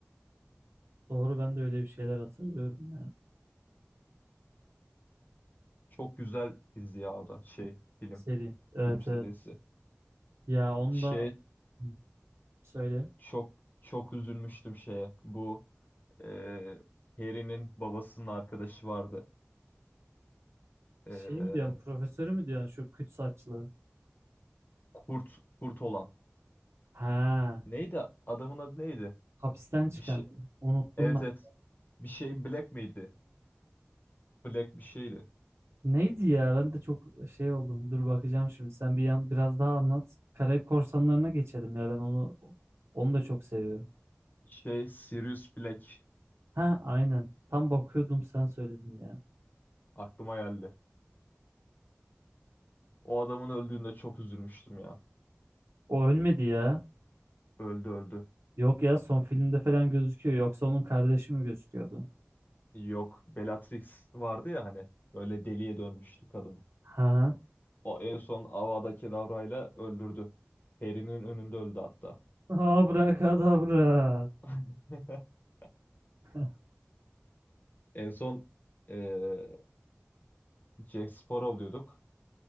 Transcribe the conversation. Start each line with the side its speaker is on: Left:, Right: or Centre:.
Right: Doğru ben de öyle bir şeyler hatırlıyorum ya.
Left: Çok güzel dizi ya o da şey film
Right: Seri. Evet
Left: film serisi.
Right: evet. Ya onu
Left: Şey
Right: da Hı. söyle.
Left: çok çok üzülmüştüm şeye bu e, Harry'nin babasının arkadaşı vardı. E,
Right: Şey mi diyorsun? Profesörü mü diyorsun? Şu küt saçlı.
Left: kurt kurt olan.
Right: Ha.
Left: Neydi adamın adı neydi?
Right: Hapisten çıkan.
Left: Bir şey
Right: Unuttum
Left: Evet
Right: ben.
Left: evet. Bir şey Black miydi? Black bir şeydi.
Right: Neydi ya? Ben de çok şey oldum. Dur bakacağım şimdi. Sen bir yan biraz daha anlat. Karayip Korsanları'na geçelim ya. Ben onu onu da çok seviyorum.
Left: Şey Sirius Black
Right: Ha aynen. Tam bakıyordum sen söyledin ya.
Left: aklıma geldi. O adamın öldüğünde çok üzülmüştüm ya.
Right: O ölmedi ya.
Left: Öldü öldü.
Right: Yok ya son filmde falan gözüküyor. Yoksa onun kardeşi mi gözüküyordu?
Left: Yok Bellatrix vardı ya hani böyle deliye dönmüştü kadın.
Right: Ha.
Left: O en son Avada Kedavra'yla öldürdü. Harry'nin önünde öldü hatta.
Right: Abrakadabra.
Left: <laughs>
Right: <laughs>
Left: En son eee Jack Sparrow diyorduk.